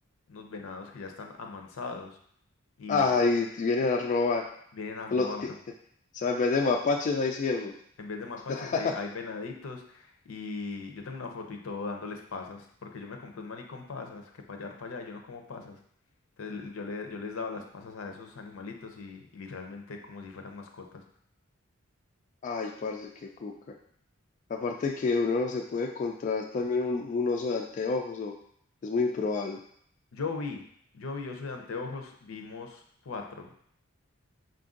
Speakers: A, on the left; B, on the left.
A: unos venados que ya están amansados y
B: Ay, te vienen a robar.
A: vienen a robar.
B: Lo- ti- o sea, en vez de mapaches hay ciervos.
A: En vez de mapaches
B: <laughs>
A: hay, hay venaditos y yo tengo una foto y todo dándoles pasas, porque yo me compré un maní con pasas, que para allá, para allá, yo no como pasas. Entonces le- yo, le- yo les daba las pasas a esos animalitos y, y literalmente como si fueran mascotas.
B: Ay, parce, qué cuca. Aparte que uno no se puede encontrar también un, un oso de anteojos, o es muy improbable.
A: Yo vi, yo vi, yo soy de anteojos, vimos cuatro,